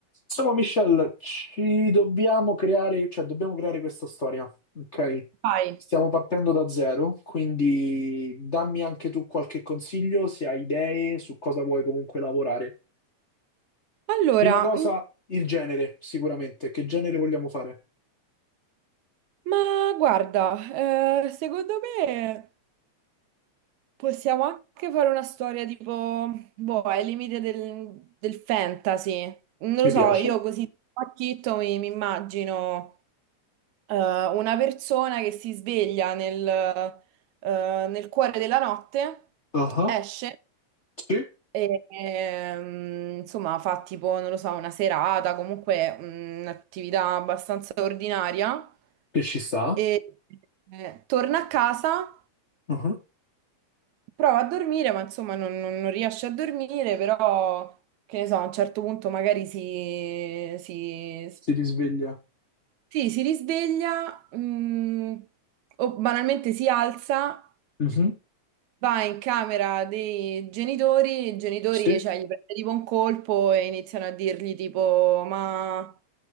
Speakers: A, on the left (about 40°); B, on the right (about 80°).
A: Insomma, Michelle, ci dobbiamo creare, cioè dobbiamo creare questa storia, ok?
B: Vai.
A: Stiamo partendo da zero, quindi dammi anche tu qualche consiglio, se hai idee su cosa vuoi comunque lavorare.
B: Allora,
A: Prima cosa,
B: mm,
A: il genere, sicuramente. Che genere vogliamo fare?
B: ma guarda, eh, secondo me possiamo anche fare una storia tipo, boh, ai limiti del, del fantasy. Non lo
A: Mi
B: so,
A: piace.
B: io così pacchitto mi, mi immagino eh, una persona che si sveglia nel, eh, nel cuore della notte,
A: Ah,
B: esce
A: Sì.
B: e ehm, insomma fa tipo, non lo so, una serata, comunque mm, un'attività abbastanza ordinaria.
A: Che ci sta.
B: E eh, torna a casa,
A: Ah,
B: prova a dormire, ma insomma non, non- non riesce a dormire, però che ne so, a un certo punto magari si, si,
A: Si risveglia.
B: sì, si risveglia, mm, o banalmente si alza,
A: Mhm,
B: va in camera dei genitori, i genitori,
A: Sì.
B: cioè, gli prende tipo un colpo e iniziano a dirgli tipo, ma,